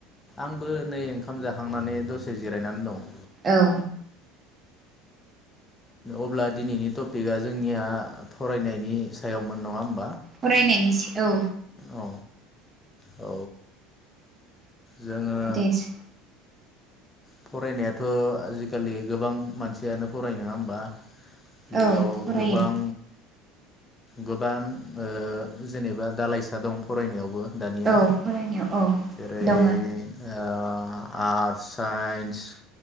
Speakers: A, on the left (about 25°); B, on the right (about 30°).
A: आंबो नै ओंखाम जाखांनानै दसे जिरायनानै दं।
B: औ
A: अब्ला दिनैनि टपिकआ जोंनिया फरायनायनि सायावमोन नङा होम
B: फरायनायनि औ
A: औ औ जोङो
B: देस
A: फरायनायाथ' आजिखालि गोबां मानसियानो फरायो नंङा होमबा? बेयाव
B: औ फरायो
A: गोबां गोबां ओ जेनेबा दालाइसा दं फरायनायावबो। दानिया
B: औ फरायनायाव औ
A: जेरै ओ
B: दङ
A: आर्स्ट, साइ न्स